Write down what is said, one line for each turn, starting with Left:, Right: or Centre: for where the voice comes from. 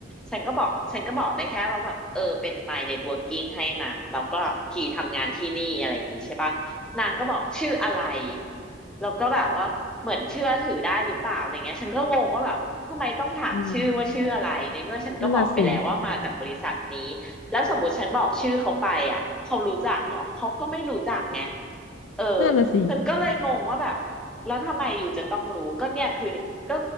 Centre: ฉันก็บอกฉันก็บอกได้แค่ว่าแบบเออเป็น my networking ให้มาแล้วก็พีทำงานที่นี่อะไรอย่างงี้ใช่ปะนางก็บอกชื่ออะไรแล้วก็แบบว่าเหมือนเชื่อถือได้หรือเปล่าอะไรเงี้ยฉันก็งงว่าแบบ ทำไมต้องถามชื่อว่าชื่ออะไรในเมื่อฉันก็บอกไปแล้วว่ามาจากบริษัทนี้
Left: อืมนั่นน่ะสิ
Centre: แล้วสมมติฉันบอกชื่อเขาไปอ่ะเขารู้จักเหรอเขาก็ไม่รู้จักไงเออ
Left: นั่นน่ะสิ
Centre: ฉันก็เลยงงว่าแบบแล้วทำไมอยู่จะต้องรู้ก็เนี่ยคือก็